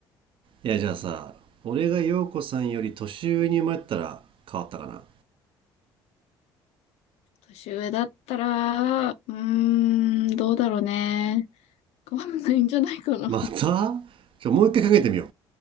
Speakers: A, on the right; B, on the left.
A: いやじゃあさ俺が陽子さんより年上に生まれたら変わったかな
B: 年上だったら、うーん、どうだろうね。変わらないんじゃないかな。
A: またちょもう一回かけてみよ
B: <laughs>